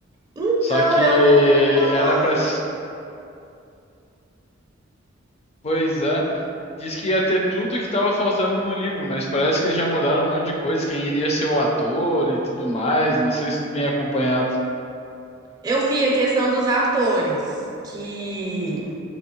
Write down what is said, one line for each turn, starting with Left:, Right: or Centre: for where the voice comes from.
Right: Então,
Left: Só que
Right: eu ouvi falar.
Left: era pra. s- Pois é. Diz que ia ter tudo que tava faltando no livro, mas parece que eles já mudaram um monte de coisa, quem iria ser o ator e tudo mais. Não sei se tu tem acompanhado.
Right: Eu vi a questão dos atores, que